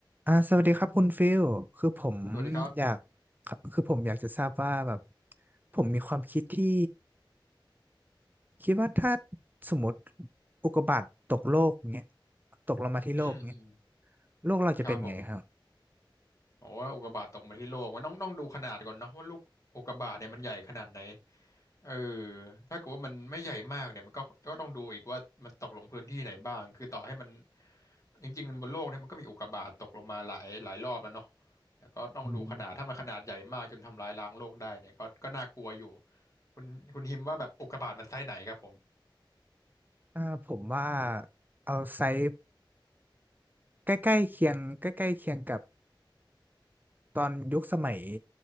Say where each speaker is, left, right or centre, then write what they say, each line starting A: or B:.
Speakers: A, on the right (about 20°); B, on the left (about 40°).
A: อ่าสวัสดีครับคุณฟิลคือผม
B: สวัสดีครับ
A: อยากคือผมอยากจะทราบว่าแบบผมมีความคิดที่คิดว่าถ้าสมมติอุกกาบาตตกโลกเงี้ยตกลงมาที่โลกเงี้ย
B: อืมอืม
A: โลกเราจะเป็นไงครับ
B: ครับผมบอกว่าอุกกาบาตตกมาที่โลกมันต้องต้องดูขนาดก่อนเนาะว่าลูกอุกกาบาตเนี่ยมันใหญ่ขนาดไหนเออถ้าเกิดว่ามันไม่ใหญ่มากเนี่ยมันก็ก็ต้องดูอีกว่ามันตกลงพื้นที่ไหนบ้างคือต่อให้มัน จริงๆบนโลกเนี่ยมันก็มีอุกกาบาตตกลงมาหลายหลายรอบแล้วเนาะแต่ก็ต้องดูขนาดถ้ามันขนาดใหญ่มากจนทำลายล้างโลกได้เนี่ยก็ก็น่ากลัวอยู่
A: อืม
B: คุณคุณฮิมว่าแบบอุกกาบาตมันไซส์ไหนครับผม
A: อ่าผมว่าเอาไซส์ใกล้ๆเคียงใกล้ๆเคียงกับตอนยุคสมัย